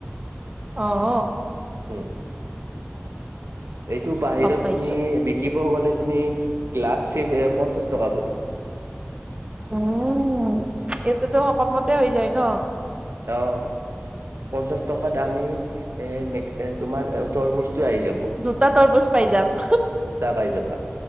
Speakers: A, on the right; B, on the right.
A: অঁ অঁ।
B: উম, এইটো বাহিৰত
A: গম পাইছো
B: তুমি বি কিব গ'লে তুমি গ্লাছ ফিছ পঞ্চাশ টকা পৰিব।
A: উমম, এইটো ত' অসমতে হৈ যায় ন?
B: অঁহহ, পঞ্চাশ টকাত আমি এ মে এ তোমাৰ তৰমুজটো আহি যাব।
A: দুটা‌ তৰমুজ পাই যাম।
B: দুটা পাই যাবা,